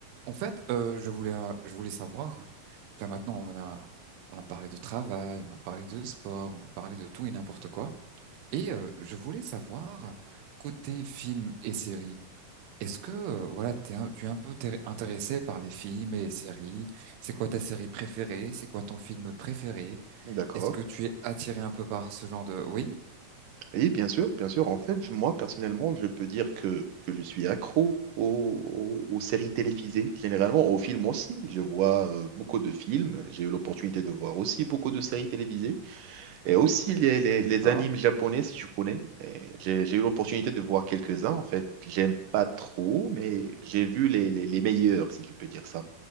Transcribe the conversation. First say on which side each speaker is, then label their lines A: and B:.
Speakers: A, on the right; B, on the right.
A: En fait, euh, je voulais, euh, je voulais savoir, là maintenant on a, on a parlé de travail, on a parlé de sport, on a parlé de tout et n'importe quoi. Et euh, je voulais savoir, côté films et séries, est-ce que euh, voilà, t'es un- tu es un peu té- intéressé par les films et les séries? C'est quoi ta série préférée? C'est quoi ton film préféré?
B: D'accord.
A: Est-ce que tu es attiré un peu par ce genre de... Oui?
B: Et bien sûr, bien sûr. En fait, moi, personnellement, je peux dire que, que je suis accro aux, aux- aux séries télévisées, généralement aux films aussi. Je vois euh, beaucoup de films. J'ai eu l'opportunité de voir aussi beaucoup de séries télévisées et aussi les, les,
A: D'accord.
B: les animes japonais, si tu connais. Et J'ai, j'ai eu l'opportunité de voir quelques-uns. En fait, j'aime pas trop, mais j'ai vu les, les, les meilleurs, si je peux dire ça.